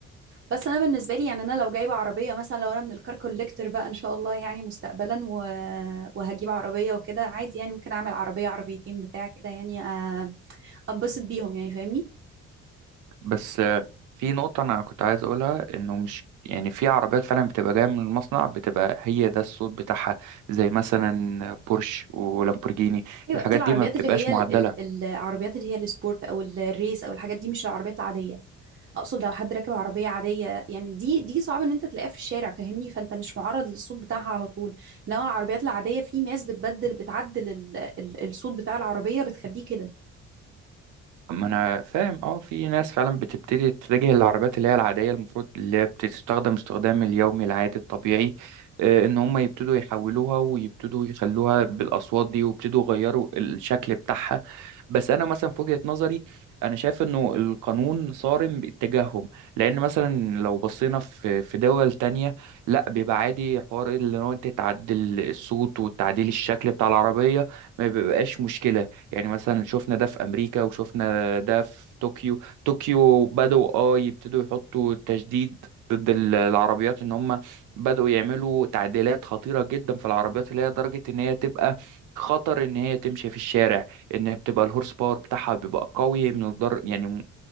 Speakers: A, on the right; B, on the right.
A: بس انا بالنسبه لي يعني انا لو جايبه عربيه مثلا لو انا من الكار كوليكتور بقى ان شاء الله يعني مستقبلا و... وهجيب عربيه وكده عادي يعني ممكن اعمل عربيه عربيتين بتاع كده يعني آه، انبسط بيهم يعني فاهمني
B: بس آه، في نقطة أنا كنت عايز أقولها إنه مش يعني في عربيات فعلا بتبقى جاية من المصنع بتبقى هي ده الصوت بتاعها زي مثلا بورش ولامبورجيني
A: ايوه
B: الحاجات
A: دي العربيات
B: دي ما بتبقاش
A: اللي هي
B: معدلة
A: ال ال العربيات اللي هي السبورت او ال- الريس او الحاجات دي مش العربيات العاديه اقصد لو حد راكب عربيه عاديه يعني دي دي صعب ان انت تلاقيها في الشارع فاهمني فانت مش معرض للصوت بتاعها على طول انما العربيات العاديه في ناس بتبدل بتعدل ال ال الصوت بتاع العربيه بتخليه كده
B: ما انا فاهم اه في ناس فعلا بتبتدي تتجه للعربيات اللي هي العاديه المفروض اللي هي بتستخدم استخدام اليومي العادي الطبيعي آه، ان هم يبتدوا يحولوها ويبتدوا يخلوها بالاصوات دي ويبتدوا يغيروا الشكل بتاعها بس انا مثلا في وجهه نظري انا شايف انه القانون صارم باتجاههم لان مثلا لو بصينا في في دول تانية لا بيبقى عادي حوار اللي هو انت تعدل الصوت وتعديل الشكل بتاع العربيه ما بيبقاش مشكله يعني مثلا شفنا ده في امريكا وشفنا ده في طوكيو طوكيو بدأوا اه يبتدوا يحطوا تشديد ضد ال- العربيات ان هم بدأوا يعملوا تعديلات خطيرة جدا في العربيات اللي هي درجة ان هي تبقى خطر ان هي تمشي في الشارع ان هي بتبقى الهورس باور بتاعها بيبقى قوي من الدر... يعني م-